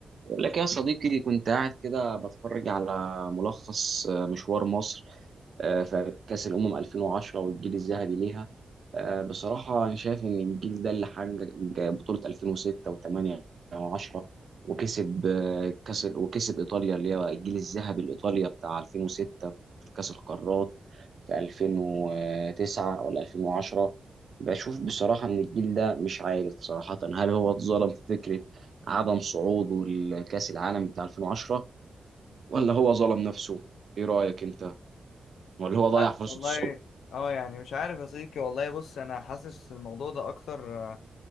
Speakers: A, on the right; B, on the left.
A: بقول لك يا صديقي كنت قاعد كده بتفرج على ملخص آه، مشوار مصر آه، في كأس الأمم 2010 والجيل الذهبي ليها آه، بصراحة أنا شايف إن الجيل ده اللي حقق بطولة 2006 و8 و10 وكسب آه، كأس وكسب إيطاليا اللي هي الجيل الذهبي الإيطاليا بتاع 2006 في كأس القارات في 2009 ولا 2010 بشوف بصراحة إن الجيل ده مش عارف صراحة هل هو اتظلم في فكرة عدم صعوده لكأس العالم بتاع 2010 ولا هو ظلم نفسه ايه رأيك انت ولا هو ضيع
B: والله
A: فرصة
B: والله
A: الصعود
B: اه يعني مش عارف يا صديقي والله بص انا حاسس الموضوع ده اكتر آه،